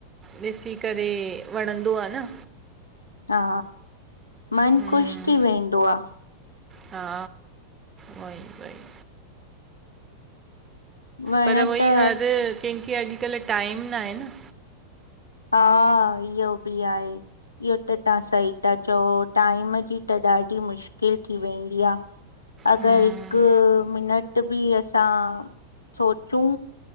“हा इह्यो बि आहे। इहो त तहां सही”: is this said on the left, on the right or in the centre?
Left